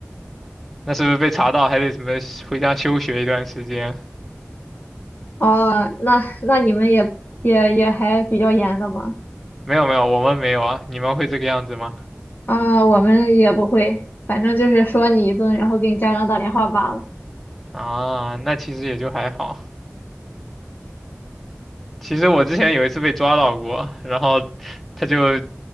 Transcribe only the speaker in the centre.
那是不是被查到还得什么回家休学一段时间？
没有没有，我们没有啊，你们会这个样子吗？
啊，那其实也就还好。其实我之前有一次被抓到过，然后他就